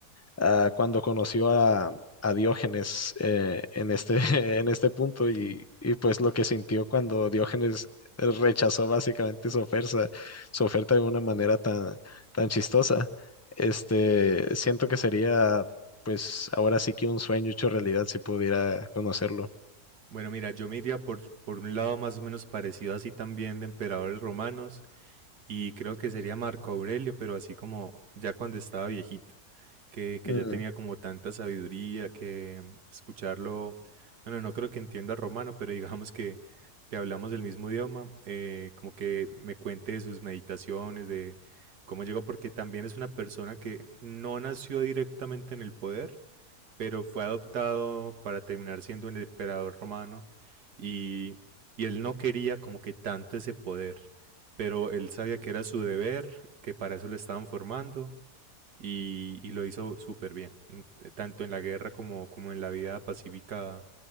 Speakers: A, on the left; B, on the right.
A: ah, cuando conoció a, a Diógenes eh, en este, <laughs> en este punto
B: Sí.
A: y, y pues lo que sintió cuando Diógenes rechazó básicamente su oferta, su oferta de una manera tan, tan chistosa. Este, siento que sería pues ahora sí que un sueño hecho realidad si pudiera conocerlo.
B: Bueno, mira, yo me iría por, por un lado más o menos parecido así también de emperadores romanos y creo que sería Marco Aurelio, pero así como ya cuando estaba viejito. que, que
A: Mm,
B: ya tenía como tanta sabiduría que escucharlo, bueno, no creo que entienda romano, pero digamos que, que hablamos del mismo idioma, eh, como que me cuente de sus meditaciones, de cómo llegó, porque también es una persona que no nació directamente en el poder, pero fue adoptado para terminar siendo el emperador romano y, y él no quería como que tanto ese poder, pero él sabía que era su deber, que para eso lo estaban formando y, y lo hizo súper bien, en- eh, tanto en la guerra como, como en la vida pacífica.